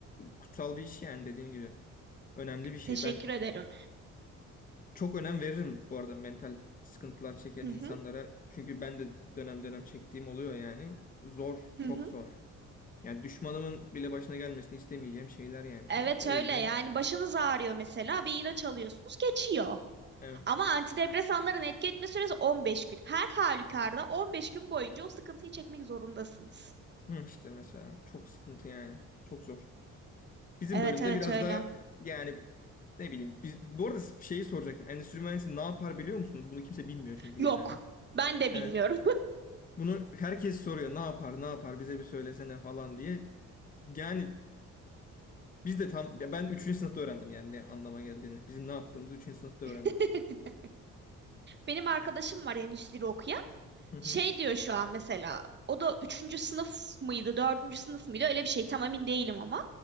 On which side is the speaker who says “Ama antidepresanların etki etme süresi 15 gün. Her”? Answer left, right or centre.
Right